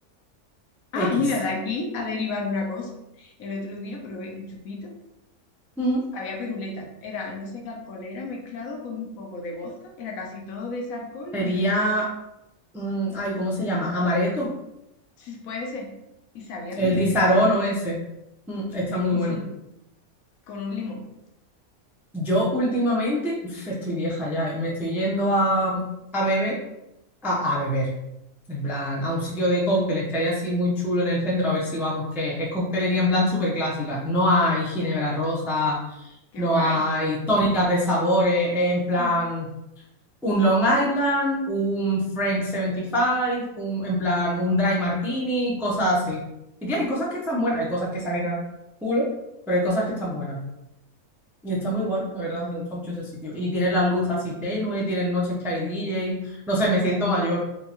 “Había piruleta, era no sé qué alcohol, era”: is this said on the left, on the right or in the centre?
Left